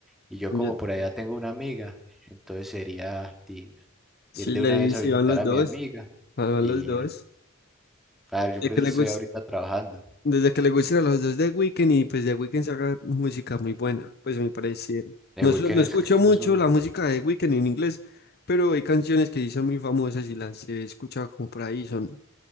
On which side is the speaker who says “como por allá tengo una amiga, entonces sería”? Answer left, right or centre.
Centre